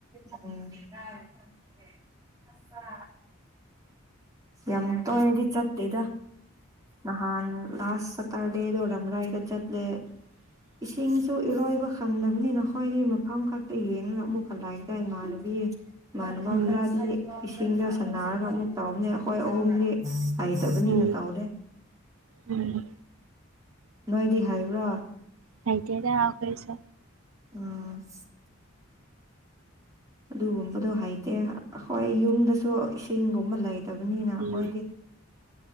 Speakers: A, on the right; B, on the right.
A: ꯎꯝ <unintelligible> ꯌꯥꯝ ꯇꯣꯏꯅꯗꯤ ꯆꯠꯇꯦꯗ ꯅꯍꯥꯟ ꯂꯥꯁ ꯁꯇꯔꯗꯦꯗꯣ ꯔꯝꯔꯥꯏꯗ ꯆꯠꯂꯦ
B: <inaudible>
A: ꯏꯁꯤꯡꯁꯨ ꯏꯔꯣꯏꯕ ꯈꯪꯗꯕꯅꯤꯅ ꯑꯩꯈꯣꯏꯗꯤ ꯃꯐꯝ ꯈꯛꯇ ꯌꯦꯡꯉꯒ ꯑꯃꯨꯛ ꯍꯜꯂꯛꯑꯦꯗꯣ ꯏꯃꯥꯟꯅꯕꯤ ꯏꯃꯥꯟꯅꯕ
B: ꯎꯝ
A: ꯈꯔꯗꯤ ꯏꯁꯤꯡꯗ ꯁꯥꯟꯅꯔꯒ ꯑꯃꯨꯛ ꯇꯧꯕꯅꯦ ꯑꯩꯈꯣꯏ ꯑꯍꯨꯝꯗꯤ ꯍꯩꯇꯕꯅꯤꯅ
B: ꯎꯝ
A: ꯇꯧꯗꯦ
B: ꯎꯝ
A: ꯅꯣꯏꯗꯤ ꯍꯩꯕ꯭ꯔꯣ
B: ꯍꯩꯇꯦꯗꯥ ꯑꯈꯣꯏꯁꯨ
A: ꯑꯥ <unintelligible> ꯑꯗꯨꯒꯨꯝꯕꯗꯣ ꯍꯩꯇꯦ ꯑꯩꯈꯣꯏ ꯌꯨꯝꯗꯁꯨ ꯏꯁꯤꯡꯒꯨꯝꯕ ꯂꯩꯇꯕꯅꯤꯅ ꯑꯩꯈꯣꯏꯗꯤ
B: ꯎꯝ